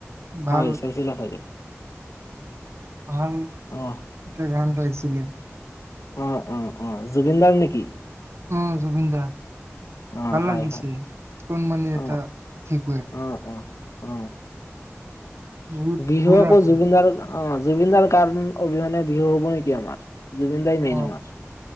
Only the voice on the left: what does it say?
হয় চাইছিলা চাগে
অ
অ' অ' অ' জুবিনদাৰ নেকি
অ
হয়
হয়
অ
অ অ অ
বিহু
আকৌ
জুবিন দাৰ অ অ জুবিনদাৰ কাৰণ অবিহনে বিহু হব নেকি আমাৰ জুবিন দাই মেইন
আমাৰ